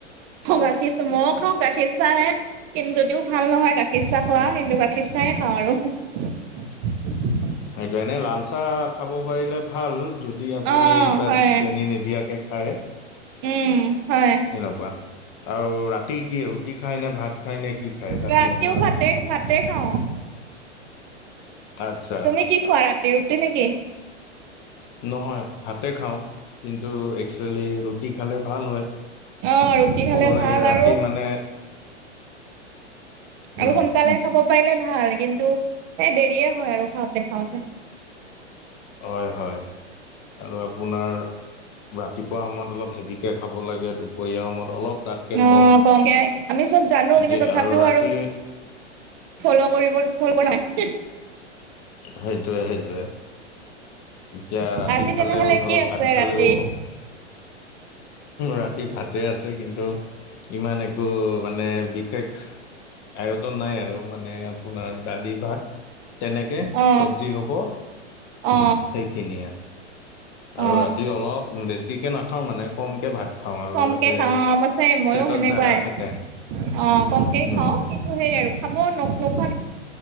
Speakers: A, on the right (about 30°); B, on the left (about 30°).
A: অ গাখীৰ চাহ ময়ও খাওঁ গাখীৰ চাহে কিন্তু যদিও ভাল নহয় গাখীৰ চাহ খোৱা কিন্তু খিচাই খাওঁ আৰু।
B: খাই দিও। এনে লাল চাহ খাব পাৰিলে ভাল যদি আপুনি
A: অ
B: তাত
A: হয়
B: চেনি নিদিয়াকে। খাই।
A: উম। হয়
B: তেনেকুৱা আৰু ৰাতি ৰাতি কি ৰুটি খায়নে, ভাত খায়নে কি খায়? ৰাতি
A: ৰাতিও
B: সময়ত।
A: ভাতে ভাতে খাওঁ।
B: আচ্ছা
A: তুমি কি খোৱা ৰাতি ৰুটি নেকি?
B: নহয় ভাতে খাওঁ কিন্তু একচুৱেলি ৰুটি খালে ভাল হয়।
A: অহ ৰুটি খালে
B: ক'ব
A: ভাল
B: লাগে
A: আৰু।
B: ৰাতি মানে উম,
A: আৰু সোনকালে খাব পাইে ভাল কিন্তু এ দেৰিয়ে হয় আৰু খাওঁতে খাওঁতে।
B: হয় হয় আৰু আপোনাৰ ৰাতিপুৱা সময়ত অলপ হেভি কে খাব লাগে। দুপৰীয়া সময়ত অলপ তাতকে
A: অ
B: কম।
A: কমকে আমি চব জানো কিন্তু
B: যে
A: তথাপিও
B: আৰু ৰাতি। এ।
A: ফল কৰিব ফল কৰা নাই।
B: সেইটোৱে সেই। এতিয়া ৰাতি
A: আজি
B: খালেও
A: তেনেহলে
B: ধৰক
A: কি আছে
B: ভাত খালেও।
A: ৰাতি
B: ৰাতি ভাতে আছে কিন্তু ইমান একো মানে বিশেষ। আয়তন নাই আৰু মানে। আপোনাৰ দালি ভাত তেনেকে
A: অ
B: চব্জি হ'ব।
A: অ
B: সেইখিনিয়ে।
A: অ
B: আৰু ৰাতি অলপ বেছিকে নাখাওঁ মানে কমকে ভাত। খাওঁ আৰু
A: কমকে
B: যাতে
A: খাও অ অৱশ্যে মইও
B: পেটত
A: সেনেকুৱাই।
B: জাগা থাকে
A: অ কমকেই
B: উম
A: খাও কিন্তু সেই আৰু। খাব নোখোৱা